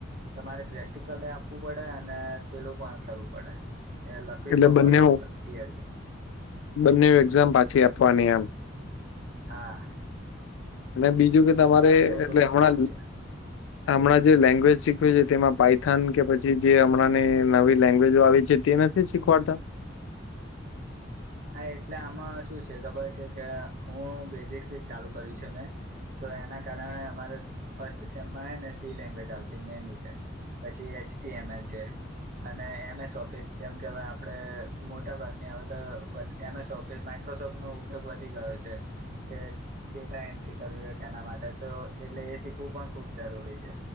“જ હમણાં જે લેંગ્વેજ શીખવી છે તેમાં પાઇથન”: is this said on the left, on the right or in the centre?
Left